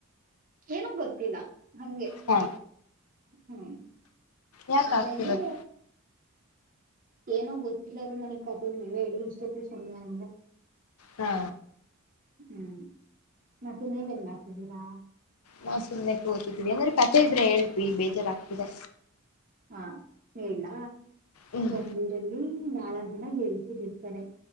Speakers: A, on the right; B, on the left.
A: ಏನ ಗೊತ್ತಿಲ್ಲ ಹಂಗೆ
B: ಹಾ
A: ಹ್ಮ್
B: ಯಾಕ
A: ಆಮೇಲೆ
B: ಆಗ್ತಿರೋದು
A: ಏನೋ ಗೊತ್ತಿಲ್ಲ ರೀ ನನಗ್ ಕತೆ ನೀವೇ ಹೇಳಿ ಇಷ್ಟತ್ತು ಸಮಯ ಅಂದ್ರ
B: ಹಾ
A: ಹ್ಮ್ ಮತ್ತೆ ನೀವೇನ್ ಮಾಡ್ತಿದ್ದೀರಾ
B: ನಾವು ಸುಮ್ಮನೆ ಕುಳಿತಿದ್ದೇವೆ ಏನಾದರೂ ಕಥೆ ಇದ್ರೆ ಹೇಳ್ರಿ ಸುಮ್ನೆ ಬೇಜಾರಾಗ್ತಿದೆ
A: ಹಾ ಹೇಳಲ
B: ಹ್ಮ್
A: ಒಂದಊರಲ್ಲಿ ನಾಲ್ಕು ಜನ ಗೆತ ಇರ್ತಾರೆ